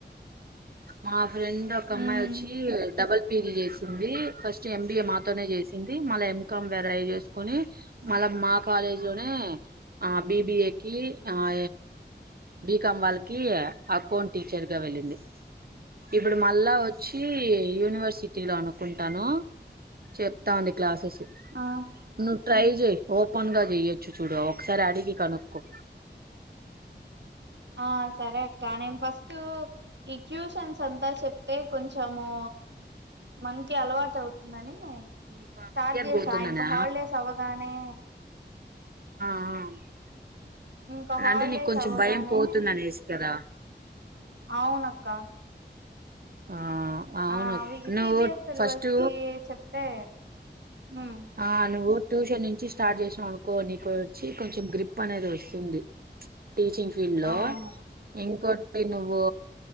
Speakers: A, on the right; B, on the right.
A: అవును ఫ్రెండ్ ఒక
B: ఉమ్
A: అమ్మాయి వచ్చి పి జి చేసింది ఫస్ట్ ఎంబిఏ మాతోనే చేసింది మళ్ళ ఎంకాం వేర చేసుకుని మళ్ళ మా కాలేజ్ లోనే ఆ బిబిఏ క ఆ బీకాం వాళ్ళకి అకౌంట్ టీచర్గా వెళ్ళింది ఇప్పుడు మళ్ళా వచ్చి యూనివర్సిటీ లో అనుకుంటాను చెప్తా ఉంది క్లాసెస్
B: ఆ
A: నువ్వు ట్రై చెయ్ ఓపెన్ గా చెయొచ్చు చూడ ఒకసారి అడిగి కనుక్కో
B: ఆ సరే అక్క నేను ఫస్ట్ ఈ ట్యూషన్స్ అంతా చెప్తే కొంచము మనకి అలవాటు అవుతుందని
A: నీకు ఆ
B: స్టార్ట్
A: ఫియర్
B: చేసా
A: పోతుందనా
B: ఇంకా హాలిడేస్ అవ్వగానే
A: ఆ ఆ
B: ఇంకా హాలిడేస్
A: అంటే నీకు కొంచెం
B: అవ్వగానే
A: భయం పోతుంది అనేసి కదా
B: అవునక్క
A: ఆ అవును
B: ఆ అ
A: నువ్వు
B: సి బి ఎస్ సిలబస్
A: ఫస్ట్
B: కి చెప్తే ఉమ్
A: ఆ నువ్వు ట్యూషన్ నుంచి స్టార్ట్ చేసినాం అనుకో నీకు వచ్చి కొంచెం గ్రిప్ అనేది వస్తుంది టీచింగ్ ఫీల్డ్ లో
B: అవును
A: ఇంకోటి నువ్వు